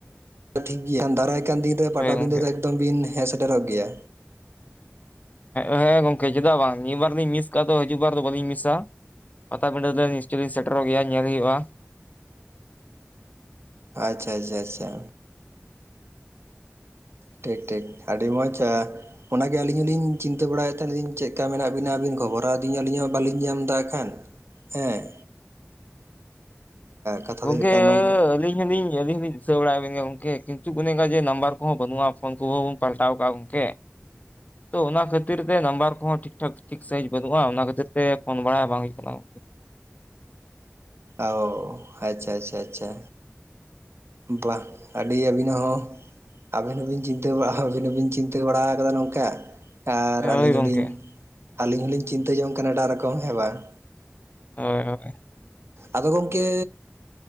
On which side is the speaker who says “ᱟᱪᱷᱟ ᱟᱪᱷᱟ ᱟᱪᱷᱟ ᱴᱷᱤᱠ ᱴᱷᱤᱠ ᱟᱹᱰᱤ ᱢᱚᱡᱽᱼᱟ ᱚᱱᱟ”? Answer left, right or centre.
Right